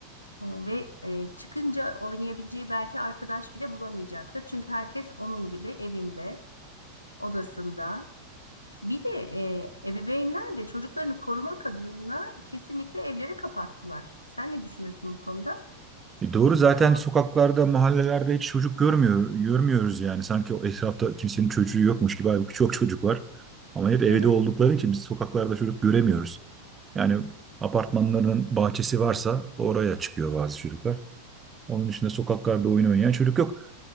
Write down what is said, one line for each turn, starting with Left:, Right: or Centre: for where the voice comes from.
Left: E, Ve e, çıkınca oynayabileceği belki arkadaş bile bulamayacaktır. Çünkü herkes onun gibi evinde, odasında. Bir de e, ebeveynler de çocuklarını korumak adına kesinlikle evleri kapattılar. Sen ne düşünürsün bu konuda?
Right: E, doğru zaten
Left: Doğru.
Right: sokaklarda, mahallelerde hiç çocuk görmüyor, görmüyoruz yani. Sanki o etrafta kimsenin çocuğu yokmuş gibi. Halbuki çok çocuk var. Ama hep evde
Left: Evet,
Right: oldukları için biz sokaklarda çocuk göremiyoruz. Yani apartmanlarının bahçesi varsa oraya çıkıyor bazı çocuklar. Onun dışında sokaklarda oyun oynayan çocuk yok